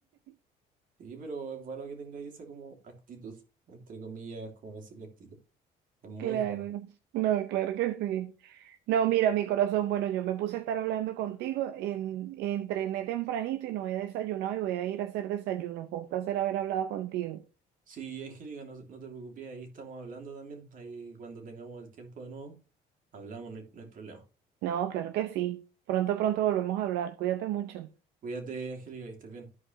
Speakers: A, on the right; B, on the right.
A: <laughs>
B: Sí, pero es bueno que tengáis esa como actitud, entre comillas, como decirle actitud. Es muy
A: Claro.
B: bueno.
A: No, claro que sí. No, mira, mi corazón, bueno, yo me puse a estar hablando contigo, en, entrené tempranito y no he desayunado y voy a ir a hacer desayuno. Fue un placer haber hablado contigo.
B: Sí, Angélica, no, no te preocupes, ahí estamos hablando también. Ahí cuando tengamos el tiempo de nuevo, hablamos, no hay, no hay problema.
A: No, claro que sí. Pronto, pronto volvemos a hablar. Cuídate mucho.
B: Cuídate, Angélica, y estés bien.